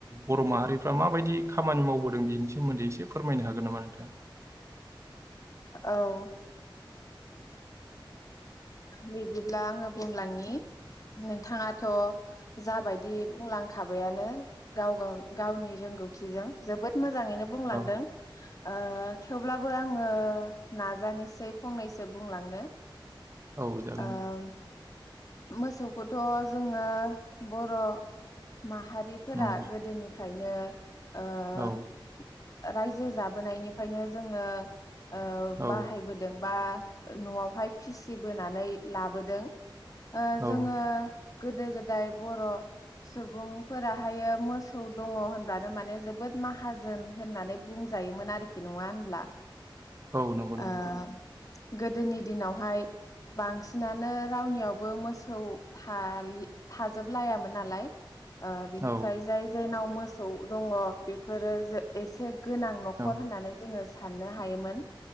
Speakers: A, on the right (about 35°); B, on the left (about 45°).
A: बर' माहारिफ्रा माबायदि खामानि मावबोदों बेनि सोमोन्दै एसे फोरमायनो हागोन नामा नोंथाङा?
B: औ बिदिब्ला आङो बुंलांनि नोंथाङा? थ' जाबायदि बुंलांखाबायानो गाव गाव गावनि रोंगौथिजों जोबोद मोज मोजाङैनो बुंलांदों।
A: औ
B: ओ थेवब्लाबो आङो नाजानोसै फंनैसो बुंलांनो
A: औ जागोन।
B: ओ मोसौखौथ' जोङो बर'- माहारिफोरा
A: उम
B: गोदोनिफ्रायनो ओ
A: औ
B: रायजो जाबोनायनिफ्रायनो जोङो ओ
A: औ
B: बाहायबोदों बा न'आवहाय फिसिबोनाय नै लाबोदों ओ
A: औ
B: जोङो गोदो गोदाय बर' सुबुंफोराहायो मोसौ दङ होनब्लानो माने जोबोद माहाजोन होननानै बुंजायोमोन आरोखि नङा होनब्ला
A: औ नंगौ नंगौ
B: ओ गोदोनि दिनावहाय बांसिनानो रावनियावबो मोसौ थाजोब लायामोन नालाय ओ बिनिफ्राय
A: औ
B: जाय जायनाव मो मोसौ दङ बेफोरो एसे गोनां न'खर
A: औ
B: होननानै जोङो साननो हायोमोन